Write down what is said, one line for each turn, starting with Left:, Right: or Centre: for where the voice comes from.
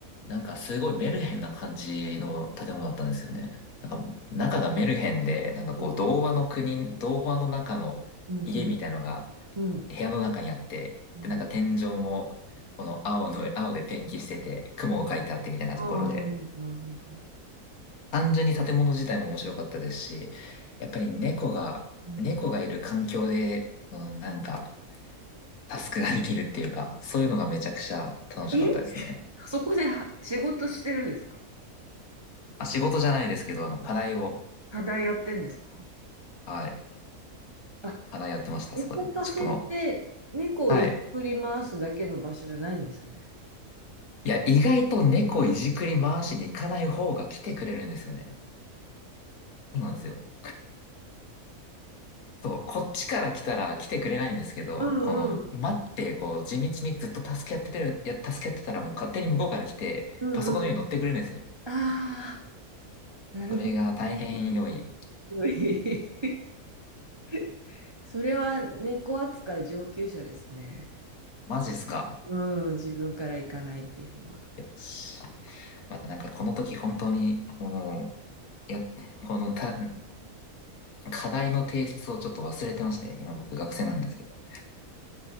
Left: なんかすごいメルヘンな感じの建物だったんですよね。なんか、中がメルヘンで、
Right: え
Left: なんかこう、
Right: うん
Left: 童話の国、童話の中の家みたいのが
Right: うんうんうん
Left: 部屋の中にあって、
Right: うん
Left: で、なんか天井も、この青の、青でペンキしてて、雲が描いてあってみたいなところで、
Right: ああ、なるほど。
Left: 単純に建物自体も面白かったですし、やっぱり猫が、
Right: うん。
Left: 猫がいる環境で、このなんか、タスクができるっていうか、そういうのがめちゃくちゃ楽しかったですね。
Right: え、そこでは仕事してるんですか
Left: あ、仕事じゃないですけど、あの、課題を、
Right: 課題やってんですか
Left: はい、
Right: あ、
Left: 課題やってました、
Right: 猫カフェって猫をいじくり回すだけの場所じゃないんですね。
Left: そこで。ちょっとの、はい。いや、意外と猫いじくり回しに行かない方が来てくれるんですよね。そうなんですよ。そう、こっちから来たら来てくれないんですけど、
Right: うんうん
Left: この、待って、こう、地道にずっと助け合っててる、や、助け合ってたらもう勝手に向こうから来て、
Right: うんうん。
Left: パソコンの上に乗ってくれるんですよ。
Right: ああ、なるほどね。
Left: それが大変良い。
Right: <laughs> すごい <laughs> それは猫扱い上級者ですね。
Left: マジっすか。
Right: うん、自分から行かないっていうのは。
Left: よし。まあ、なんかこの時本当に、もう、や、このた、課題の提出をちょっと忘れてまして、今僕学生なんですけど。